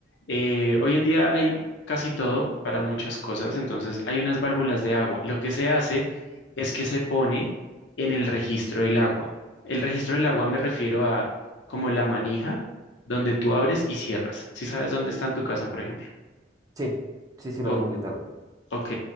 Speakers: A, on the left; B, on the right.
A: eh, hoy en día hay casi todo para muchas cosas, entonces hay unas válvulas de agua. Lo que se hace es que se pone en el registro del agua. El registro del agua me refiero a como la manija donde tú abres y cierras. Si sabes dónde está en tu casa, por ejemplo.
B: Sí, sí, sí
A: Ok.
B: lo tengo ubicado.
A: Ok,